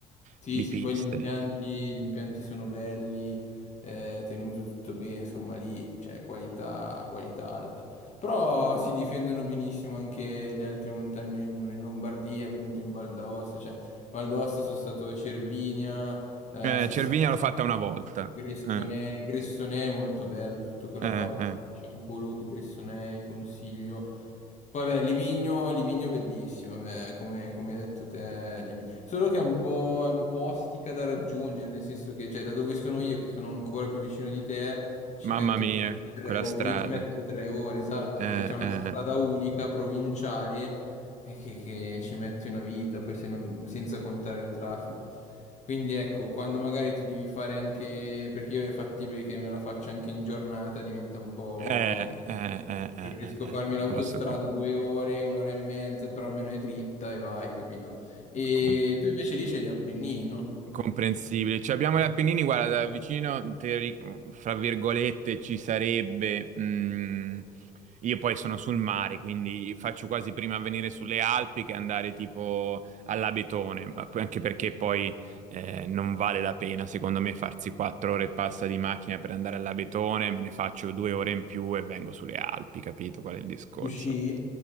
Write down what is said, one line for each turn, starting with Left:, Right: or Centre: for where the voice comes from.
Left: Sì,
Right: di
Left: sì,
Right: piste.
Left: poi gli impianti, gli impianti sono belli, eh, tenuto tutto bene, insomma lì c'è qualità, qualità alta. Però si difendono benissimo anche le altre montagne in, in Lombardia, appunto in Val d'Aosta, cioè Val d'Aosta sono stato a Cervinia, eh,
Right: Eh,
Left: Sestina,
Right: Cervinia l'ho fatta una volta.
Left: Gressonei,
Right: Eh,
Left: Gressonei è molto bello, tutta quella
Right: eh,
Left: parte,
Right: eh.
Left: diciamo Poluca, Gressonei, Consiglio. Poi beh, Livigno, Livigno bellissimo, beh, come, come hai detto te, Livi- solo che è un po', è un po' ostica da raggiungere, nel senso che, cioè, da dove sono io, che sono ancora più vicino di te, ci
Right: Mamma
Left: metto
Right: mia,
Left: tre
Right: quella
Left: ore,
Right: strada.
Left: io ci metto tre ore, esatto,
Right: Eh,
Left: perché c'è una
Right: eh.
Left: strada unica, provinciale, eh, che, che ci metti una vita, poi se non- senza contare il traffico. Quindi ecco, quando magari ti devi fare anche, perché io è fattibile che me la faccia anche in giornata, diventa un po'
Right: Eh,
Left: impegnativo.
Right: eh, eh, eh,
Left: Preferisco
Right: eh,
Left: farmi
Right: eh,
Left: l'autostrada
Right: posso cap-
Left: due ore, un'ora e mezza, però almeno è dritta e vai, capito? E
Right: com-
Left: tu invece lì c'hai gli Appennini, no?
Right: comprensibile. Cioè, abbiamo gli Appennini, guarda, da vicino, teori- fra virgolette, ci sarebbe. mm, io poi sono sul mare, quindi faccio quasi prima a venire sulle Alpi che andare tipo all'Abetone, ma poi- anche perché poi eh, non vale la pena, secondo me, farsi quattro ore e passa di macchina per andare all'Abetone, me ne faccio due ore in più e vengo sulle Alpi, capito qual è il discorso?
Left: Sì,